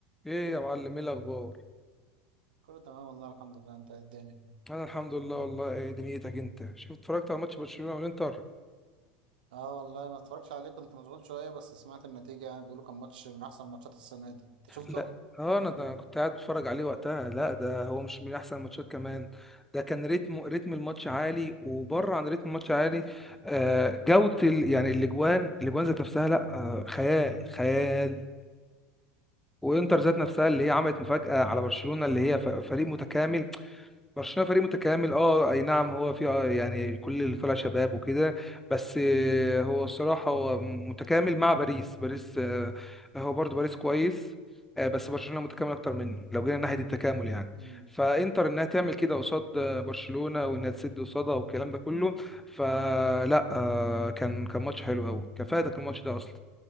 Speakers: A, in the centre; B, on the right.
A: ايه يا معلم ايه الاخبار
B: كله تمام والله الحمد لله انت إيه الدنيا
A: انا الحمد لله والله ايه دنيتك انت شفت اتفرجت على ماتش برشلونة والانتر
B: اه والله ما اتفرجش عليه كنت مشغول شويه بس سمعت النتيجه يعني بيقولوا كان ماتش من احسن ماتشات السنه دي انت شفته
A: لا اه انا ده كنت قاعد بتفرج عليه وقتها لا ده هو مش من احسن الماتشات كمان ده كان رتم رتم الماتش عالي وبره عن رتم الماتش عالي آه جودة ال... يعني الاجوان الاجوان ذات نفسها لا آه خيال خيال وانتر ذات نفسها اللي هي عملت مفاجأة على برشلونة اللي هي ف- فريق متكامل برشلونة فريق متكامل اه اي نعم هو في آه، يعني كل اللي طلع شباب وكده بس آه، هو الصراحة هو م- متكامل مع باريس باريس آه، هو برضو باريس كويس آه، بس برشلونة متكامل اكتر منه لو جينا ناحية التكامل يعني
B: امم
A: فانتر انها تعمل كده قصاد آه، برشلونة وانها تسد قصادها والكلام ده كله فلا آه، كان كان ماتش حلو قوي كان فايتك الماتش ده اصلا